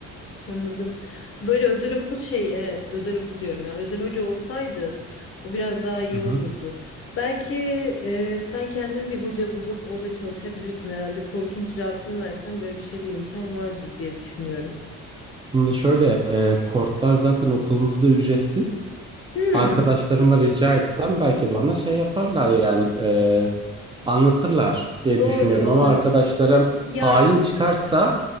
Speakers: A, on the left; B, on the right.
A: Anladım. Böyle özel okul şey, e, özel okul diyorum ya. Özel hoca olsaydı o biraz daha iyi
B: Hı hı.
A: olurdu. Belki e, sen kendin bir hoca bulup orada çalışabilirsin herhalde. Kortun kirasını versen böyle bir şey de imkan vardır diye düşünüyorum.
B: Şimdi şöyle e, kortlar zaten okulumuzda ücretsiz.
A: Hmm,
B: arkadaşlarıma rica etsem belki bana şey yaparlar yani e, anlatırlar diye
A: doğru
B: düşünüyorum
A: doğru.
B: ama arkadaşlarım
A: Ya
B: hain çıkarsa